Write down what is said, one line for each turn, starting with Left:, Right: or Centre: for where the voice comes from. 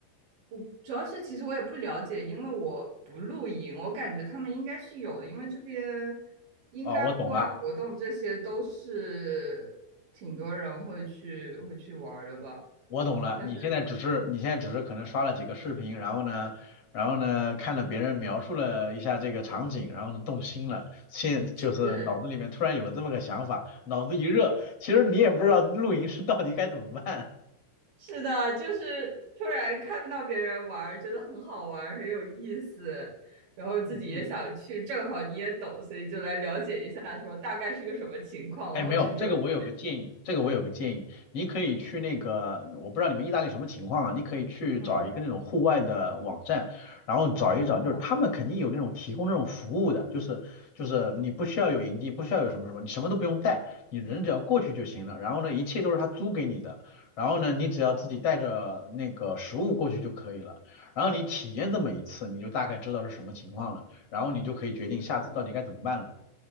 Right: 我主要是其实我也不了解，因为我不露营，我感觉他们应该是有的，因为这边应该户外活动这些都是挺多人会去会去玩儿的吧。
Left: 哦，我懂了。我懂了，
Right: 但是
Left: 你现在只是你现在只是可能刷了几个视频，然后呢，然后呢看了别人描述了一下这个场景，然后呢动心了，现就是脑子里面突然有了这么个想法，
Right: 是
Left: 脑子一热，其实你也不知道露营是到底该怎么办。
Right: 是的，就是突然看到别人玩儿，觉得很好玩儿，很有意思，然后自己也想去，
Left: <laughs> 嗯嗯。
Right: 正好你也懂，所以就来了解一下，说大概是个什么情况，
Left: 哎，
Right: 我好去准备。
Left: 没有，这个我有个建议，这个我有个建议，你可以去那个，我不知道你们意大利什么情况啊，你可以去找一个那种户外的网站，
Right: 嗯，
Left: 然后找一找，
Right: 哦，
Left: 就是他们肯定有那种提供这种服务的，就是就是你不需要有营地，不需要有什么什么，你什么都不用带，你人只要过去就行了，然后呢，一切都是他租给你的，然后呢，你只要自己带着那个食物过去就可以了，
Right: 我
Left: 然后你体验这么一次，你就大概知道是什么情况了，然后你就可以决定下次到底该怎么办了。
Right: 不懂啊。